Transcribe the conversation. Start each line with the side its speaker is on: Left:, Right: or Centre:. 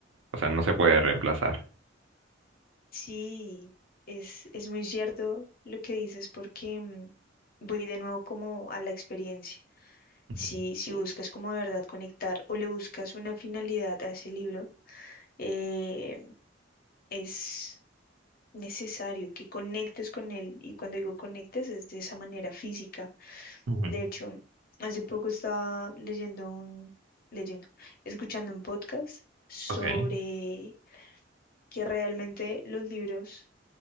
Right: o sea, no se puede reemplazar.
Left: sí, es, es muy cierto lo que dices porque mm, voy de nuevo como a la experiencia.
Right: Ujú,
Left: Si, si buscas como de verdad conectar o le buscas una finalidad a ese libro, eh, es necesario que conectes con él. Y cuando digo conectes es de esa manera física.
Right: ujú,
Left: De hecho, hace poco estaba leyendo un, leyendo, escuchando un podcast sobre
Right: Ok.
Left: que realmente los libros,